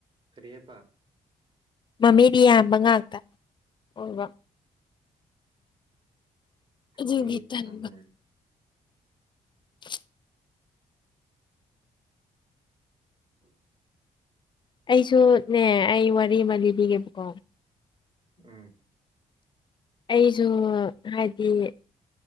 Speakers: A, on the right; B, on the left.
A: ꯀꯔꯤꯌꯦꯕ
B: ꯃꯃꯤꯗꯤ ꯌꯥꯝꯌꯥꯝꯕ ꯉꯥꯛꯇ ꯑꯣꯏꯕ ꯑꯗꯨꯒꯤ
A: ꯃꯃꯤꯗꯃ
B: ꯇꯟꯕ <inaudible>
A: ꯎꯝ
B: ꯑꯩꯁꯨꯅꯦ ꯑꯩ ꯋꯥꯔꯤ ꯑꯃ ꯂꯤꯕꯤꯒꯦꯕꯀꯣ
A: ꯑꯝ
B: ꯑꯩꯁꯨ ꯍꯥꯏꯕꯗꯤ